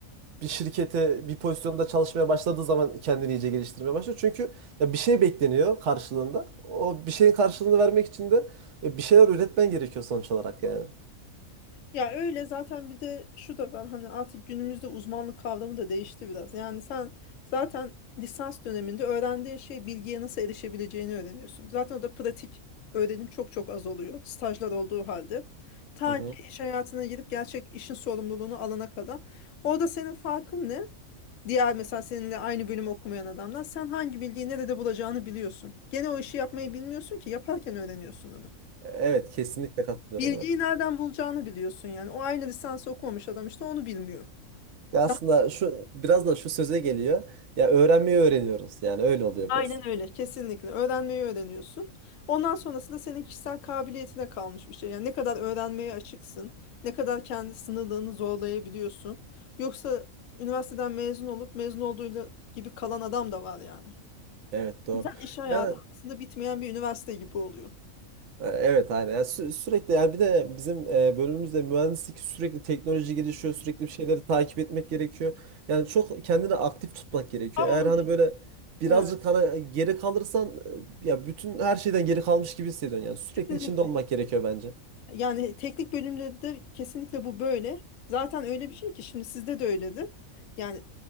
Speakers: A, on the right (about 65°); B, on the left (about 70°).
A: bir şirkete bir pozisyonda çalışmaya başladığı zaman kendini iyice geliştirmeye başlıyor. Çünkü ya bir şey bekleniyor karşılığında. O bir şeyin karşılığını vermek için de e, bir şeyler üretmen gerekiyor sonuç olarak yani.
B: Ya öyle zaten bir de şu da ben hani artık günümüzde uzmanlık kavramı da değişti biraz. Yani sen zaten lisans döneminde öğrendiğin şey bilgiye nasıl erişebileceğini öğreniyorsun. Zaten o da pratik öğrenim çok çok az oluyor stajlar olduğu halde. Ta
A: Hı hı.
B: ki iş hayatına girip gerçek işin sorumluluğunu alana kadar. Orada senin farkın ne? Diğer mesela seninle aynı bölümü okumayan adamlar sen hangi bilgiyi nerede bulacağını biliyorsun. Gene o işi yapmayı bilmiyorsun ki yaparken öğreniyorsun onu.
A: Evet kesinlikle katılıyorum
B: Bilgiyi
A: evet.
B: nereden bulacağını biliyorsun yani. O aynı lisans okumamış adam işte onu bilmiyor.
A: Ya aslında
B: Daha-
A: şu biraz da şu söze geliyor. Ya öğrenmeyi öğreniyoruz. Yani öyle oluyor
B: Aynen
A: biraz.
B: öyle. Kesinlikle. Öğrenmeyi öğreniyorsun. Ondan sonrası da senin kişisel kabiliyetine kalmış bir şey. Yani ne kadar öğrenmeye açıksın, ne kadar kendi sınırlarını zorlayabiliyorsun. Yoksa üniversiteden mezun olup mezun olduğuyla gibi kalan adam da var yani.
A: Evet doğru.
B: Güzel iş hayatı
A: Ya
B: aslında bitmeyen bir üniversite gibi oluyor.
A: e, evet aynen. Yani sü- sürekli yani bir de bizim e, bölümümüzde mühendislik sürekli teknoloji gelişiyor. Sürekli bir şeyleri takip etmek gerekiyor. Yani çok kendini aktif tutmak gerekiyor.
B: Tam
A: Eğer
B: onu.
A: hani böyle birazcık
B: Evet.
A: hani geri kalırsan e, ya bütün her şeyden geri kalmış gibi hissediyorsun. Yani sürekli
B: Kesinlikle.
A: içinde olmak gerekiyor bence.
B: Yani teknik bölümde de kesinlikle bu böyle. Zaten öyle bir şey ki şimdi sizde de öyledir. Yani